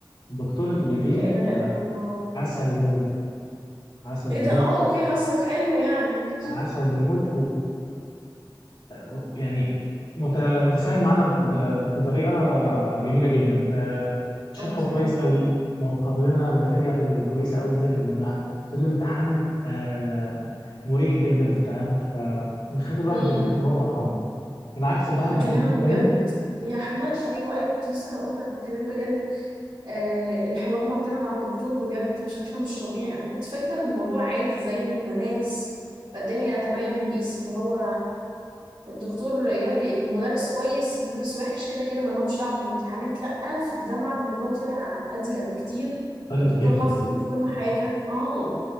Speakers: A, on the left (about 75°); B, on the right (about 80°).
A: الدكتور اللي بيديني
B: لا إله إلا
A: آه،
B: الله
A: عسل موت عسل
B: إيه
A: موت
B: ده أه أوكي حظك حلو يعني ماشي
A: عسل موت ويعني متساهل معانا ب- بطريقة جميلة جدا آه، شرحه
B: أوكي
A: كويس قوي موفر لنا ماتيريال كويسة قوي نذاكر منها في الامتحان آه، مريح جدا في التعامل فمخلي الواحد
B: مم.
A: بيمتحن وهو فرحان العكس بقى
B: بكلمك
A: الجروب الثاني
B: بجد يا أحمد أيوه أيوه كنت لسه هقول لك بكلمك بجد آه، الحوار معتمد على الدكتور بجد بشكل مش طبيعي انا كنت فاكره ان الموضوع عادي زي مدارس الدنيا تمام بيس اللي هو الدكتور يا ربي المدرس كويس المدرس وحش كده كده ما لهمش دعوه بالامتحانات لا في الجامعه الموضوع طلع اضيق بكتير
A: مختلف
B: والدكتور
A: جدا
B: حاطط ايده في كل
A: مختلف
B: حاجه
A: جداً.
B: اه